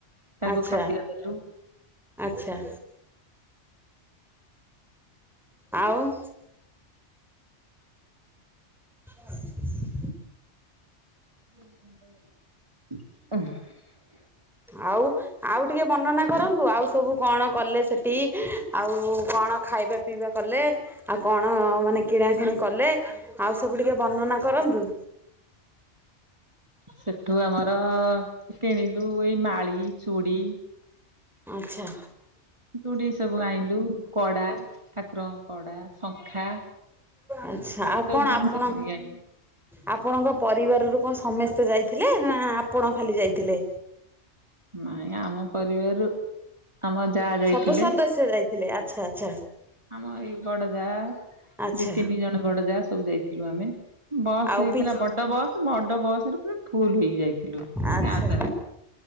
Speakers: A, on the right; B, in the centre.
A: ତାଙ୍କୁ
B: ଆଚ୍ଛା
A: ଖାଦ୍ୟ ଦେଲୁ
B: ଆଚ୍ଛା। ଆଉ? <inaudible>
A: ହୁଁମ୍।
B: ଆଉ ଆଉ ଟିକେ ବର୍ଣ୍ଣନା କରନ୍ତୁ ଆଉ ସବୁ କଣ କଲେ ସେଠି ଆଉ? ଆ କଣ ଖାଇବା ପିଇବା କଲେ ଆଉ କଣ ମାନେ କିଣାକିଣି କଲେ? ଆଉ ସବୁ ଟିକେ ବର୍ଣ୍ଣନା କରନ୍ତୁ?
A: ସେଠୁ ଆମର କିଣିଲୁ ଏଇ ମାଳି, ଚୁଡି।
B: ଆଚ୍ଛା।
A: ତୁଠିକ ସବୁ ଆଣିଲୁ କଡା ଠାକୁରଙ୍କ କଡା, ଶଙ୍ଖା ଏଇ
B: ଆଚ୍ଛା ଆଉ
A: ସବୁ
B: କଣ
A: ଦିନିଷ
B: ଆପଣ
A: କିଣି କି ଆଣିଲୁ।
B: ଆପଣଙ୍କ ପରିବାରରୁ କଣ ସମସ୍ତେ ଯାଇଥିଲେ ନା ଆପଣ ଖାଲି ଯାଇଥିଲେ?
A: ନାଇ ଆମ ପରିବାରରୁ ଆମ ଯାହା ଯାଇଥିଲେ।
B: ସବୁ ସଦସ୍ୟ ଯାଇଥିଲେ ଆଚ୍ଛା ଆଚ୍ଛା
A: ଆମ ଏଇ ବଡ ଯା
B: ଆଚ୍ଛା
A: ଦି ତିନି ଜଣ ବଡ ଯା। ସବୁ ଯାଇଥିଲୁ ଆମେ ବସ୍
B: ଆଉ
A: ହେଇଥିଲା
B: ପି
A: ବଡ ବସ୍ ବଡ ବସ ରେ ପୁରା ଫୁଲ ହେଇକି ଯାଇଥିଲୁ
B: ଆଚ୍ଛା
A: ଗାଁ ସାରା।